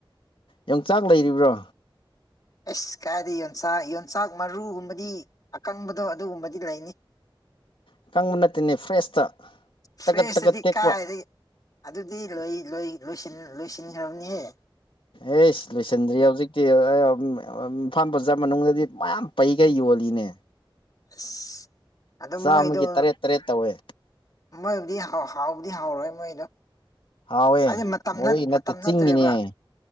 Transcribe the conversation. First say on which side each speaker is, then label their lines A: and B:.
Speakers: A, on the left; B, on the left.
A: ꯌꯣꯡꯆꯥꯛ ꯂꯩꯔꯤꯕ꯭ꯔꯣ
B: ꯑꯁ ꯀꯥꯏꯗꯩꯩ ꯌꯣꯟꯆꯥꯛ ꯌꯣꯟꯆꯥꯛ ꯃꯔꯨꯒꯨꯝꯕꯗꯤ ꯑꯀꯪꯕꯗꯣ ꯑꯗꯨꯒꯨꯝꯕꯗꯤ ꯂꯩꯅꯤ
A: ꯑꯥꯀꯪꯕ ꯅꯠꯇꯦꯅꯦ ꯐ꯭ꯔꯦꯁꯇ
B: ꯐ꯭ꯔꯦꯁꯇꯗꯤ
A: ꯇꯒꯠ ꯇꯥꯒꯠ ꯇꯦꯛꯄ
B: ꯀꯥꯏꯗꯒꯤ ꯑꯗꯨꯗꯤ ꯂꯣꯏ ꯂꯣꯏ ꯂꯣꯏꯁꯤꯟꯈ꯭ꯔꯥꯕꯅꯤꯍꯦ
A: ꯑꯦꯁ ꯂꯣꯏꯁꯤꯟꯗ꯭ꯔꯤ ꯍꯧꯖꯤꯛ ꯏꯝꯐꯥꯜ ꯕꯖꯥꯔ ꯃꯅꯨꯡꯗꯗꯤ ꯃꯌꯥꯝ ꯄꯩꯒꯩ ꯌꯣꯜꯂꯤꯅꯦ
B: ꯑꯁ ꯑꯗꯨꯝ
A: ꯆꯥꯝꯃꯒꯤ
B: ꯃꯣꯏꯗꯣ
A: ꯇꯔꯦꯠ ꯇꯔꯦꯠ ꯇꯧꯋꯦ
B: ꯃꯣꯏꯕꯨꯗꯤ ꯍꯥꯎꯕꯗꯤ ꯍꯥꯎꯔꯣꯏ ꯃꯣꯏꯗꯣ
A: ꯍꯥꯎꯋꯦ
B: ꯍꯥꯏꯗꯤ ꯃꯇꯝ
A: ꯃꯣꯔꯦꯒꯤ
B: ꯅꯠ
A: ꯅꯠꯇꯦ
B: ꯃꯇꯝ
A: ꯆꯤꯡꯒꯤꯅꯦ
B: ꯅꯠꯇ꯭ꯔꯦꯕ
A: ꯍꯥꯏ